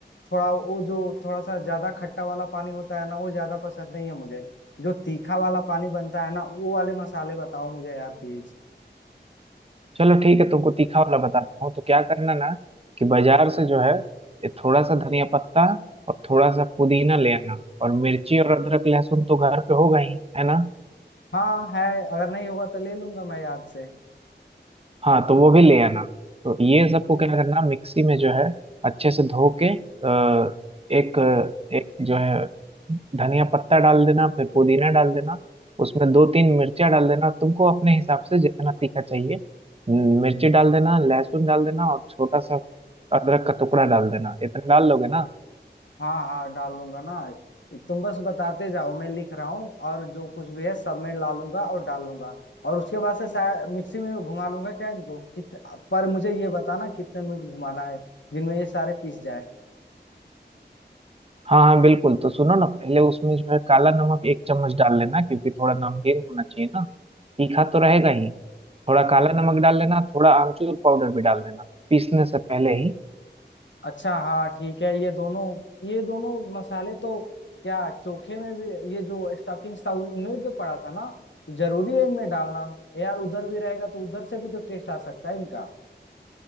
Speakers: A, on the left; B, on the right.
A: थोड़ा वो जो थोड़ा सा ज्यादा खट्टा वाला पानी होता है ना वो ज्यादा पसंद नहीं है मुझे जो तीखा वाला पानी बनता है ना वो वाले मसाले बताओ मुझे यार प्लीज
B: चलो ठीक है तुमको तीखा वाला बताता हूँ तो क्या करना ना कि बाजार से जो है ये थोड़ा सा धनिया पत्ता और थोड़ा सा पुदीना ले आना और मिर्ची और अदरक लहसुन तो घर पे होगा ही है ना
A: हाँ है अगर नहीं होगा तो ले लूंगा मैं याद से
B: हाँ तो वो भी ले आना तो ये सबको क्या करना मिक्सी में जो है अच्छे से धो के अ, एक एक जो है धनिया पत्ता डाल देना फिर पुदीना डाल देना उसमें दो तीन मिर्चियाँ डाल देना तुमको अपने हिसाब से जितना तीखा चाहिए न- मिर्ची डाल देना लहसुन डाल देना और छोटा सा अदरक का टुकड़ा डाल देना इतना डाल लोगे ना
A: हाँ हाँ डाल लूंगा ना तुम बस बताते जाओ मैं लिख रहा हूँ और जो कुछ भी है सब मैं ला लूंगा और डाल लूंगा और उसके बाद से शायद मिक्सी में घुमा लूंगा क्या इनको कित पर मुझे ये बताना कितने मिनट घुमाना है जिनमें ये सारे पीस जाए
B: हाँ हाँ बिल्कुल तो सुनो ना पहले उसमें जो है काला नमक एक चम्मच डाल लेना क्योंकि थोड़ा नमकीन होना चाहिए ना तीखा तो रहेगा ही थोड़ा काला नमक डाल लेना थोड़ा आमचूर पाउडर भी डाल देना पीसने से पहले ही
A: अच्छा हाँ ठीक है ये दोनों ये दोनों मसाले तो क्या चोखे में भी ये जो स्टफिंग था उनमें तो पड़ा था ना तो जरूरी है इनमें डालना यार उधर भी रहेगा तो उधर से भी तो टेस्ट आ सकता है इनका